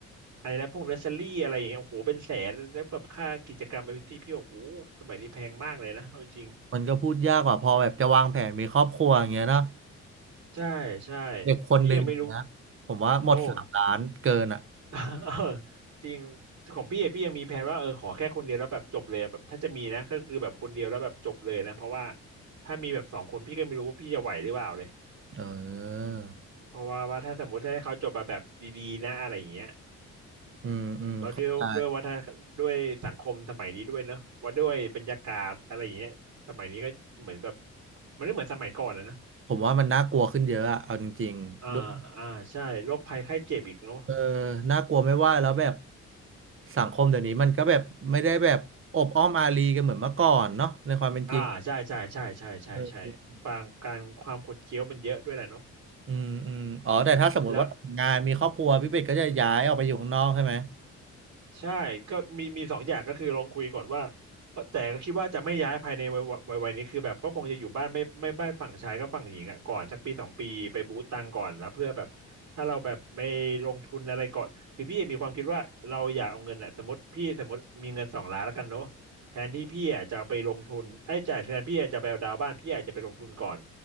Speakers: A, on the right; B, on the right.
A: อะไรนะพวกเนอร์เซอรี่อะไรอย่างเงี้ยโอ้โหเป็นแสนแล้วแบบค่ากิจกรรมแอคทิวิตี้พี่บอกโอ้โหสมัยนี้แพงมากเลยนะเอาจริง
B: มันก็พูดยากกว่าพอแบบจะวางแผนมีครอบครัวอย่างเงี้ยเนาะ
A: ใช่ใช่
B: เด็กคนหนึ่งอย่างเงี้ยผมว่าหมดสามล้านเกินอ่ะ
A: พี่ยังไม่รู้โอ้ <laughs> เออจริงของพี่อะพี่ยังมีแผนว่าเออขอแค่คนเดียวแล้วแบบจบเลยอะแบบถ้าจะมีนะก็คือแบบคนเดียวแล้วแบบจบเลยนะเพราะว่าถ้ามีแบบสองคนพี่ก็ไม่รู้ว่าพี่จะไหวหรือเปล่าเลย
B: เออ
A: เพราะว่าว่าถ้าสมมติให้เขาจบมาแบบดีๆนะอะไรอย่างเงี้ย
B: อืมอืมเข้าใจ
A: แล้วด้วยด้วยวัฒนด้วยสังคมสมัยนี้ด้วยเนอะว่าด้วยบรรยากาศอะไรอย่างเงี้ยสมัยนี้ก็เหมือนแบบมันไม่เหมือนสมัยก่อนนะนะ
B: ผมว่ามันน่ากลัวขึ้นเยอะอะเอาจริงๆด้วย
A: อ่าอ่าใช่โรคภัยไข้เจ็บอีกเนาะ
B: เออน่ากลัวไม่ว่าแล้วแบบสังคมเดี๋ยวนี้มันก็แบบไม่ได้แบบอบอ้อมอารีกันเหมือนเมื่อก่อนเนาะในความเป็นจริง
A: อ่าใช่ใช่ใช่ใช่ใช่ใช่บางการความขดเคี้ยวมันเยอะด้วยแหละเนาะ
B: เอออืมอืมอ๋อแต่ถ้าสมมติว่าแต่งงานมีครอบครัวพี่เป็ดก็จะย้ายออกไปอยู่ข้างนอกใช่ไหม
A: แล้ว ใช่ก็มีมีสองอย่างก็คือลองคุยก่อนว่าเอ่อแต่ก็คิดว่าจะไม่ย้ายภายในวัยวัยวัยนี้คือแบบก็คงจะอยู่บ้านไม่ไม่บ้านฝั่งชายก็ฝั่งหญิงอ่ะก่อนสักปีสองปีไปบูตตังก่อนแล้วเพื่อแบบถ้าเราแบบไม่ลงทุนอะไรก่อนคือพี่มีความคิดว่าเราอยากเอาเงินอ่ะสมมติพี่สมมติมีเงินสองล้านแล้วกันเนาะแทนที่พี่อะจะเอาไปลงทุนไอ้ยจ่ายแทนพี่อะจะไปเอาดาวน์บ้านพี่อาจจะไปลงทุนก่อน